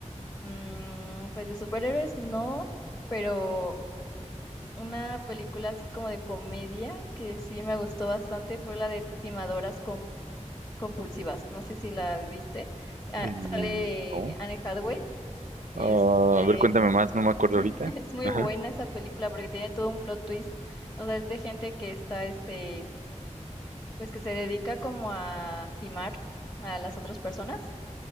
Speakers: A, on the left (about 35°); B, on the right (about 80°).
A: Mm, pues de superhéroes no, pero una película así como de comedia que sí me gustó bastante fue la de Timadoras com- Compulsivas. No sé si la viste. Ah,
B: El-
A: sale
B: no.
A: Anne Hathaway. Este,
B: Ah, a ver, cuéntame más, no me acuerdo
A: <laughs>
B: ahorita.
A: es muy
B: Ajá,
A: buena esa película porque tiene todo un plot twist. O sea, es de gente que está, este, pues que se dedica como a timar a las otras personas.